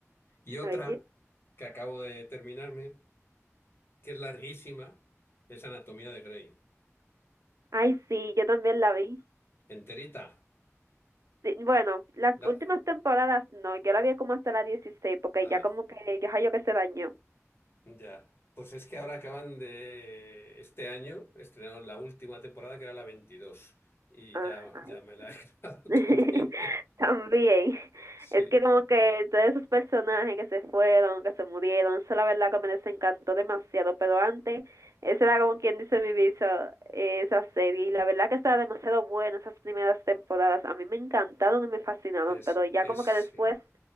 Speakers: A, on the left (about 50°); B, on the right (about 85°).
A: Y otra
B: Oye.
A: que acabo de terminarme, que es larguísima, es Anatomía de Grey.
B: Ay, sí, yo también la vi.
A: Enterita.
B: Sí, bueno, las
A: La...
B: últimas temporadas no, yo la vi como hasta la 16 porque
A: Ah.
B: ya como que, ya yo que se dañó.
A: Ya, pues es que ahora acaban de este año, estrenaron la última temporada que era la 22 y
B: Ajá.
A: ya, ya me la he <laughs> grabado
B: <laughs>
A: también.
B: También,
A: Sí,
B: es que como que todos esos personajes que se fueron, que se murieron, eso la verdad que me desencantó demasiado, pero antes, esa era como quien dice mi visa, eh, esa serie, y la verdad que estaba demasiado buena esas primeras temporadas, a mí me encantaron y me fascinaban,
A: es,
B: pero ya
A: es,
B: como
A: sí.
B: que después,